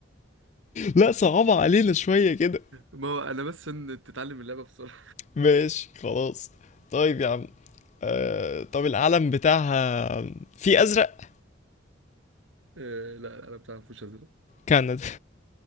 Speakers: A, on the left; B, on the right.
A: لا صعبة علينا شوية كده
B: ما هو انا بس عشان تتعلم اللعبة بسرعة
A: ماشي خلاص طيب يا عم آه طب العلم بتاعها في أزرق
B: آه لا لا، انا بتاع فوش ازرق
A: كندا